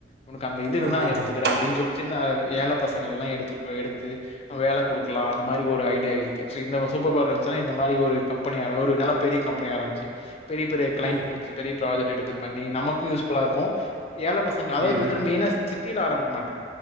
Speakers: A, on the left; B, on the right.
A: உனக்கு அந்த இது இருந்தா
B: ஆமா,
A: நா
B: ஆமா,
A: எடுத்துக்கற
B: ஆமா.
A: அப்டின் சொல்லி சின்ன ஏழ பச ங்கெலா எடுத்துக்க எடுத்து வேல குடு லா அந்த மாரி ஒரு ஐடியா இருக்கு சோ இந்த சூப்பர் பவர் வந்ச்னா இந்த மாதிரி ஒரு கம்பெனி ஆர ஒரு நல்ல பெரிய கம்பெனி ஆரம்பிச்சு பெரிய பெரிய கிளைண்ட்
B: ஓ!
A: புடிச்சு பெரிய ப்ராஜெக்ட் எடுத்து பண்ணி நமக் கு யூஸ்ஃபுல்லா இருக்கு ஏழ பசங்க அதாது
B: ம்,
A: பாத்தன மெயினா சிட்டில ஆரம்பிக்க மாட்ட